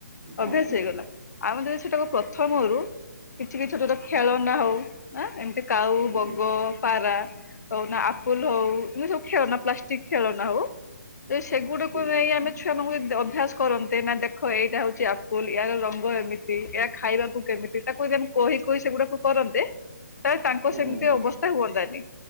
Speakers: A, on the right (about 70°); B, on the left (about 65°).
A: ହୁଁ
B: ଅଭ୍ୟାସ
A: ହୁଁ ହୁଁ
B: ହେଇଗଲା। ଆମେ ଯଦି ସେଟାକୁ ପ୍ରଥମରୁ କିଛି କିଛି ଛୋଟ ଖେଳ ନା ହଉ ନା ଏମିତି। କାଉ
A: ହୁଁ
B: ବଗ
A: ହୁଁ।
B: ପାରା ହଉନା ଆପୁଲ ହଉ ଏତି ସବୁ ଖେଳନା ପ୍ଲାଷ୍ଟିକ ଖେଳନା ହଉ। ସେଗୁଡାକୁ
A: ଠିକ
B: ନେଇ ଆମେ
A: ହୁଁ
B: ଛୁଆମାନଙ୍କୁ ଯଦ ଅଭ୍ୟାସ କରନ୍ତେ ନା ଦେଖ ଏଇଟା ହଉଛି। ସ୍କୁଲ ହାର ରଙ୍ଗ ଏମିତି ଏହା ଖାଇବାକୁ କେମିତି। ସେତାକୁ ଯେମି କହି କହି ସେଗୁଡାକୁ କରନ୍ତେ ତାହେଲେ ତାଙ୍କ
A: ହୁଁ
B: ସେମିତି
A: ହୁଁ ହୁଁ।
B: ଅବସ୍ଥା ହୁଅନ୍ତାନି।